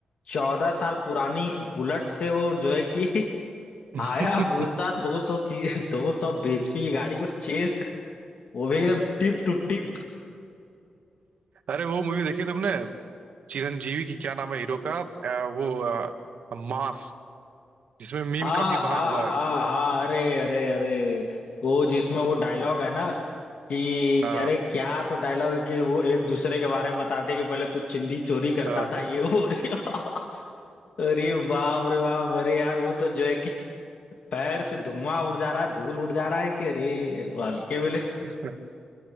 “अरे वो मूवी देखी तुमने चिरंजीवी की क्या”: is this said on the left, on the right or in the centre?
Right